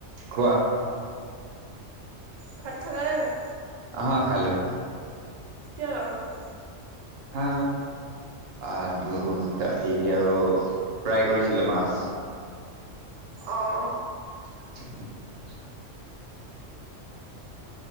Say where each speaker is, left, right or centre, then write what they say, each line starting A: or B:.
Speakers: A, on the right; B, on the right.
A: কোৱা।
B: ভাত খালা নে নাই?
A: অহ খালো।
B: কিহৰ লগত?
A: হা? আলু ইত্যাদি আৰু ফ্ৰাই কৰিছিলো মাছ।
B: অহ।
A: <unintelligible>